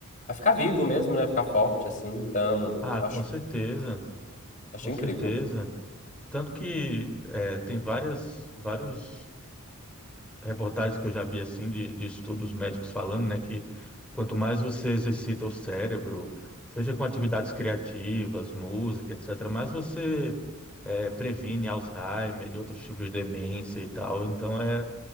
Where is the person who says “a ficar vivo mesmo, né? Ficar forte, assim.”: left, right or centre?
Left